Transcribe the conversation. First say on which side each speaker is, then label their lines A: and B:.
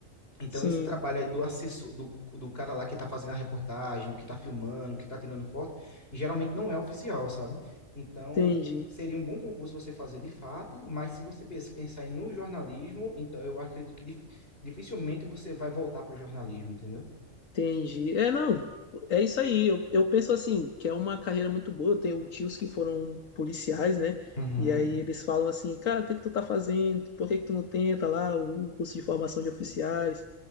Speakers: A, on the left; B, on the left.
A: Então,
B: Sim,
A: esse trabalho aí do assessor, do, do cara lá que tá fazendo a reportagem, o que tá filmando, o que tá tirando foto, geralmente não é oficial, sabe? Então,
B: entendi.
A: seria um bom concurso você fazer de fato, mas se você pens- pensar em no jornalismo, então eu acredito que dif- dificilmente você vai voltar para o jornalismo, entendeu?
B: Entendi. É, não, é isso aí. Eu, eu penso assim, que é uma carreira muito boa. Eu tenho tios que foram policiais, né?
A: Uhum,
B: E aí eles falam assim, cara, o que que tu tá fazendo? Por que que tu não tenta lá o curso de formação de oficiais?